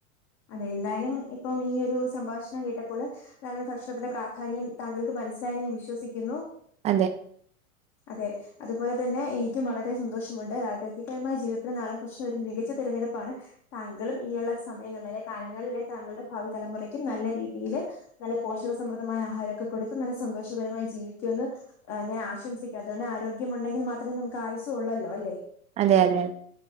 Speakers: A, on the left; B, on the right.
A: അതെ എന്തായാലും ഇപ്പം ഈ ഒരു സംഭാഷണം കേട്ടപ്പോള് നാടൻ ഫക്ഷണത്തിന്റെ പ്രാധാന്യം താങ്കൾക്ക് മനസ്സിലായെന്നു ഞാൻ വിശ്വസിക്യുന്നു.
B: അതെ
A: അതെ. അതുപോലെ തന്നെ എനിക്കും വളരെ സന്തോഷമുണ്ട് രാഗകിയമായ ജീവിതത്തിൽ നാടൻ ഭക്ഷണം ഒരു മികച്ച തെരഞ്ഞെടുപ്പാണ് താങ്കളും ഇനിയുള്ള സമയങ്ങളിലെ കാലങ്ങളിലെ താങ്കളുടെ ഭാവി തലമുറയ്ക്കും നല്ല രീതിയില് നല്ല പോഷക സമൃദ്മായ ആഹാരൊക്കെ കൊട്ത്ത് നല്ല സന്തോഷപരമായി ജീവിക്കുമന്ന് ആ ഞാൻ ആശംസിക്കാ അതൊണ്ട് ആരോഗ്യമുടെകിൽ മാത്രം നമുക്ക് ആയുസും ഒള്ളൊല്ലോ അല്ലേ?
B: അതെ അതെ.